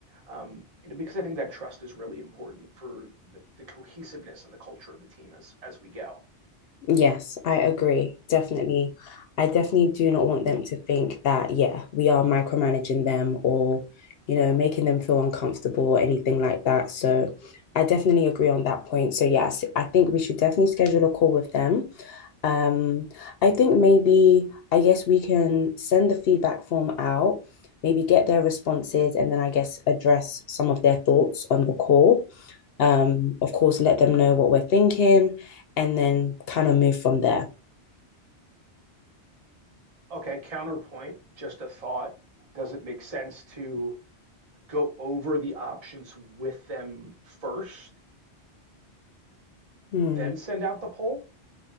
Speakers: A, on the right (about 35°); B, on the left (about 65°).
A: um, you know, because I think that trust is really important for the, the cohesiveness and the culture of the team as as we go.
B: Yes, I agree. Definitely. I definitely do not want them to think that, yeah, we are micromanaging them or, you know, making them feel uncomfortable or anything like that. So I definitely agree on that point. So yes, I think we should definitely schedule a call with them. Um, I think maybe, I guess we can send the feedback form out, maybe get their responses, and then I guess address some of their thoughts on the call. Um, of course, let them know what we're thinking and then kind of move from there.
A: Okay, counterpoint, just a thought. Does it make sense to go over the options with them first,
B: Hmm.
A: then send out the poll?